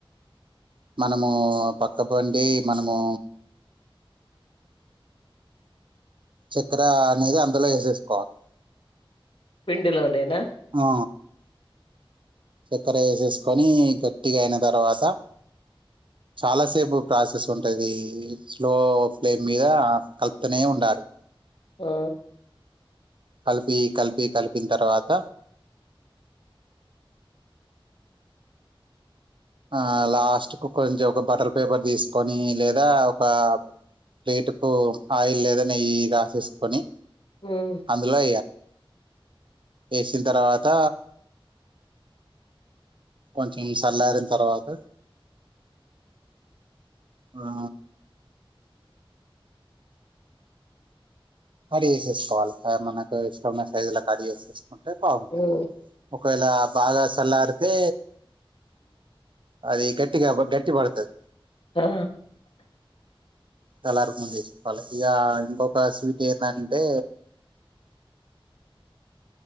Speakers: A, on the right; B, on the left.
A: మనము పక్కబండి మనము చక్కెర అనేది అందులో చేసేసుకోవాలి
B: పిండిలోనేనా
A: ఆ చక్కర వేసేసుకొని గట్టిగా అయిన తర్వాత చాలాసేపు ప్రాసెస్ ఉంటుంది స్లో ఫ్లేమ్ మీద కలుతనే ఉండాలి
B: ఆ
A: కలిపి కలిపి కలిపిన తర్వాత ఆ లాస్ట్ కు కొంచెం ఒక బటర్ పేపర్ తీసుకొని లేదా ఒక ప్లేటు కు ఆయిల్ లేదా నెయ్యి రాసేసుకొని
B: ఉమ్,
A: అందులా వేసిన తర్వాత కొంచెం సల్లారిన తర్వాత ఆ కడి వేసేసుకోవాలి మనకు ఇష్టమన్న సైజుల కడి వేసేసుకుంట వేసుకో
B: ఉమ్,
A: ఒకవేళ బాగా చల్లారితే అది గట్టిగా గట్టి పడుతుది
B: ఆ
A: ఎలర్ ముందే చెప్పాలి ఇక ఇంకొక స్వీట్ ఏంటంటే